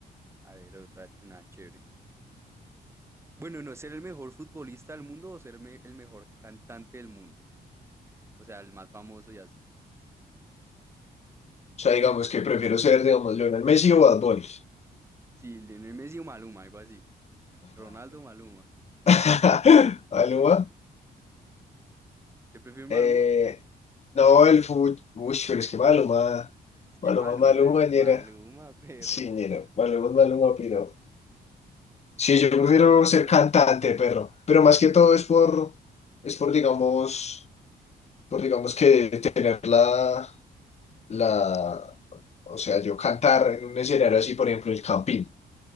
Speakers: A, on the right; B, on the left.
A: A ver, otra ch- una chévere. Bueno, no ser el mejor futbolista del mundo o ser me- el mejor cantante del mundo. O sea, el más famoso y así.
B: sea, digamos que prefiero ser, digamos, Lionel Messi o Bad Bunny.
A: Sí, Lionel Messi o Maluma, algo así. Ronaldo o Maluma.
B: <laughs> Maluma.
A: ¿Usted prefiere Maluma?
B: Eh, no, el fútbol. Uy, pero es que Maluma.
A: Es que
B: Maluma,
A: Maluma
B: Maluma,
A: es
B: ñera.
A: Maluma, <laughs> perro.
B: Sí, ñera. Maluma, Maluma, pero. Sí, yo prefiero
A: Oh, está
B: ser cantante,
A: dura.
B: perro. Pero más que todo es por. Es por, digamos. Pues digamos que tener la, la, o sea, yo cantar en un escenario así, por ejemplo, el campín,